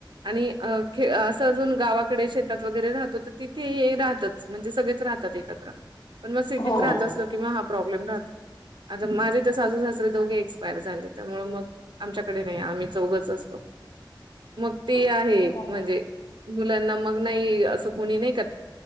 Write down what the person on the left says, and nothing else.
हो
हो
हो.